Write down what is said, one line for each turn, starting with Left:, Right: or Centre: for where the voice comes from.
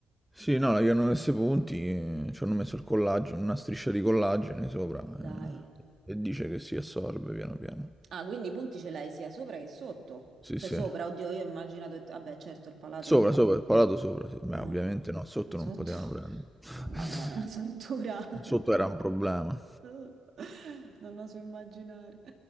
Centre: Sì, no, gli hanno messo i punti, eh, ci hanno messo il collagene, una striscia di collagene sopra
Right: Dai.
Centre: eh, e dice che si assorbe piano piano.
Right: Ah, quindi i punti ce l'hai sia sopra che sotto.
Centre: Sì,
Right: Cioè
Centre: sì.
Right: sopra, oddio, io ho immaginato... Vabbè, certo, il palato
Centre: Sopra,
Right: sopra.
Centre: sopra, il palato sopra, sì. Beh,
Right: Eh.
Centre: ovviamente no, sotto
Right: Sotto?
Centre: non potevano prendere.
Right: <laughs>
Centre: <laughs>
Right: Mamma mia, era una struttura. <laughs>
Centre: Sotto era un problema.
Right: <laughs> Non oso immaginare.